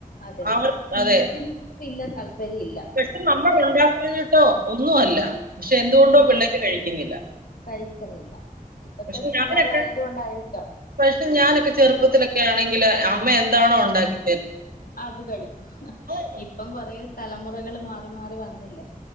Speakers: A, on the left (about 75°); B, on the right (about 80°).
A: അതെ
B: ആർ
A: ബീഫ്ന്
B: അതെ
A: <unintelligible> താല്പര്യം ഇല്ല
B: പക്ഷെ നമ്മൾ ഉണ്ടാക്കാഞ്ഞിട്ടോ ഒന്നും അല്ല പക്ഷെ എന്തുകൊണ്ടോ
A: ആ
B: പിള്ളേര് കഴിക്കുന്നില്ല
A: കഴിക്കുന്നില്ല ഇപ്പത്തെ
B: പക്ഷെ
A: പിള്ളർ
B: ഞാനൊക്കെ
A: ആയത് കൊണ്ടായിരിക്കാം
B: പക്ഷെ ഞാനൊക്കെ ചെറുപ്പത്തിലൊക്കെ ആണെങ്കില് അമ്മ എന്താണോ ഉണ്ടാക്കി
A: അത് കഴിക്കും
B: കഴിക്കും
A: ഇപ്പം കൊറേ തലമുറകള് മാറി മാറി വന്നില്ലേ